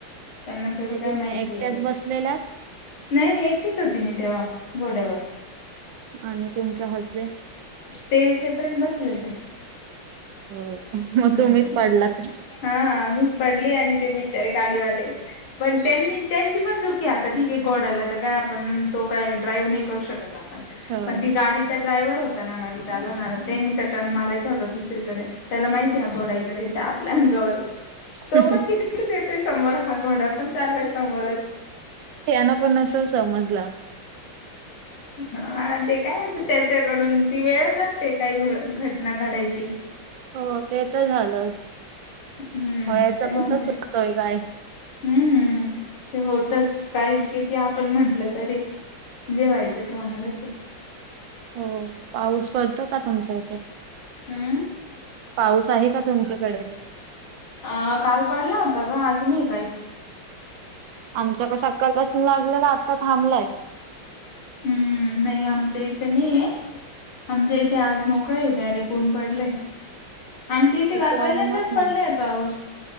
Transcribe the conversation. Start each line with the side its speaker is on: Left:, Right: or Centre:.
Left: त्यांना थोडी
Right: मग
Left: काय
Right: तुम्ही
Left: माहिती
Right: एकट्याच
Left: आहे.
Right: बसलेलात
Left: नाही, नाही एकटीच होती मी तेव्हा. घोड्यावर. <inaudible>
Right: आणि तुमचा हजबेंड
Left: तेसेपरेट बसले होते.
Right: हो मग
Left: हम्म
Right: तुम्हीच पडलात.
Left: हा मीच पडली आणि ते बि चारे गाडीवाले पण त्यांनी त्यांची पण चुकी आहे आता ठीक आहे घोड्याला तर काय आपण तो काय ड्राईव्ह नाही करू शकत आ पण
Right: हो
Left: पण ती गाडीचा ड्रायव्हर होता ना गाडी चालवणारा त्यांनी तर टर्न मारायच होता दुसरीकडन. त्याला माहिती आहे घोडा इकडे येतो आपल्या अंगावर.
Right: <inaudible>
Left: तो पण तिकडेच येतोय समोर हा घोडा पण चाललाय समोरच.
Right: त्यान पण नसल समजल.
Left: हा ते काय त्याच्याकडून ती वेळच असते काही घ-घटना घडायची.
Right: हो ते तर झालंच
Left: हम्म
Right: हो याचा
Left: तेव्हाच
Right: कुठला चुकतोय काय?
Left: हम्म, ते होतच काही किती आपण म्हंटलं तरी. जे व्हायचं ते होणारच आहे.
Right: हो पाऊस पडतो का तुमच्या इथे?
Left: हम्म
Right: <inaudible> पाऊस आहे का तुमच्याकडे?
Left: अ काल पडला होता ग. आज नाही काहीच.
Right: आमच्याक सकाळपासून लागलेला आता थांबलाय.
Left: हम्म, नाही आमच्या इथ नाहीये. आमच्या इथे आज मोकळेय डायरेक्ट ऊन पडलय. आमच्या इथे
Right: तिकडं
Left: काल पहिल्यांदाच
Right: ऊनच
Left: पडलाय
Right: नाही.
Left: पाऊस.